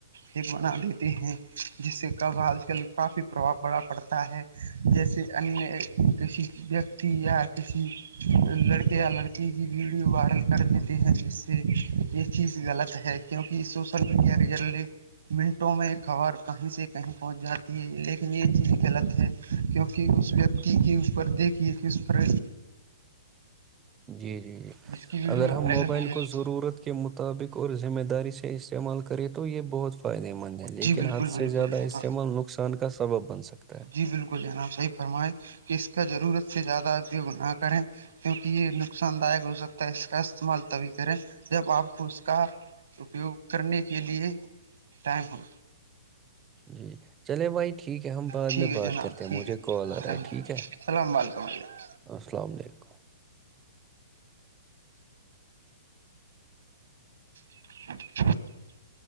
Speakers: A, on the right; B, on the right.
A: ایک بنا دیتے ہیں جس سے کب آج کل کافی پرباؤ پڑا پڑتا ہے جیسے انیہ کسی ویکتی یا کسی لڑکے یا لڑکی کی ویڈیو وائرل کر دیتے ہیں جس سے یہ چیز غلط ہے کیونکہ سوشل میڈیا کے ذریعے منٹوں میں خبر کہیں سے کہیں پہنچ جاتی ہے لیکن یہ چیز غلط ہے کیونکہ اس ویکتی کے اوپر دیکھیے کہ اس پر
B: جی جی جی
A: اس کی ویڈیو
B: اگر ہم
A: وائرل
B: موبائل
A: ہوئی ہے
B: کو ضرورت کے مطابق اور ذمہ داری سے استعمال کریں تو یہ بہت فائدے مند ہے
A: جی
B: لیکن
A: بالکل
B: حد
A: بالکل
B: سے زیادہ استعمال
A: ہاں
B: نق نقصان کا سبب بن سکتا ہے
A: جی بالکل جناب صحی فرمائیں کہ اس کا ضرورت سے زیادہ اپیوگ نہ کریں کیونکہ یہ نقصان داک ہو سکتا ہے اس کا استعمال تبھی کریں جب آپ کو اس کا اپیوگ کرنے کے لیے ٹائم ہو
B: جی چلے بھائی ٹھیک ہے ہم بعد
A: ٹھیک
B: میں
A: ہے
B: بات
A: جناب
B: کرتے ہیں
A: ٹھیک
B: مجھے
A: ہے
B: کال آ رہا ہے ٹھیک ہے
A: السلام علیکم علیکم
B: السلام علیکم
A: <unintelligible>